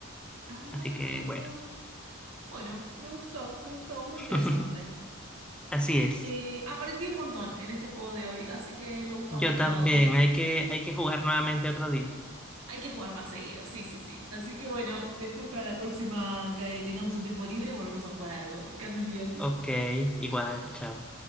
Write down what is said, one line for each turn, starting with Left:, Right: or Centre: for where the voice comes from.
Right: Ah,
Centre: Así que bueno,
Right: bueno, me gustó, me gustó, muy
Centre: <laughs>
Right: interesante.
Centre: así es.
Right: Eh, aprendí un montón en este juego de hoy, así que me gustó
Centre: Yo
Right: haber jugado.
Centre: también, hay que, hay que jugar nuevamente otro día.
Right: Hay que jugar más seguido, sí, sí, sí. Así que bueno, después para la próxima que tengamos un tiempo libre, volvemos a jugar algo. Que andes bien.
Centre: Ok, igual, chao.